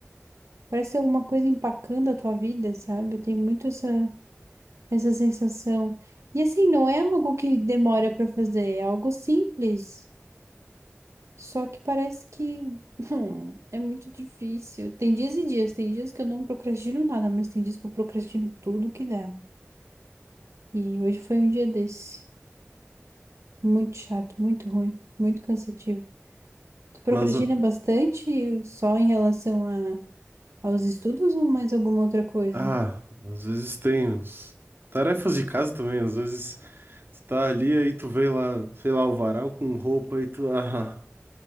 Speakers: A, on the right; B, on the right.
A: Parece alguma coisa empacando a tua vida, sabe? Eu tenho muito essa, essa sensação. E assim, não é algo que demora pra fazer, é algo simples. Só que parece que hum, é muito difícil. Tem dias e dias, tem dias que eu não procrastino nada, mas tem dias que eu procrastino tudo que dá. E hoje foi um dia desse. Muito chato, muito ruim, muito cansativo. Tu procrastina
B: Mas,
A: bastante só em relação a, aos estudos ou mais alguma outra coisa?
B: ah, às vezes tem os- tarefas de casa também, às vezes tu tá ali, aí tu vê lá, sei lá, o varal com roupa, e tu, ah.